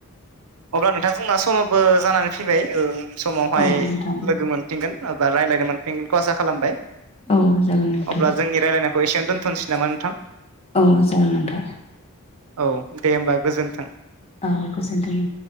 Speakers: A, on the right (about 80°); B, on the left (about 25°).
A: अब्ला नोंथां जोंना समावबो जानानै फैबाय ओं। समावहाय
B: औ नोंथां
A: लोगो मोनफिनगोन बा रायज्लायनो मोनफिनगोनखौ आसा खालामबाय।
B: औ जागोन नोंथां
A: अब्ला जोंनि रायजलायनायखौ एसेयावनो दोनथ'नोसै नामा नोंथा?
B: औ जागोन नोंथां।
A: औ दे होमबा गोजोन्थों।
B: औ गोजोन्थों।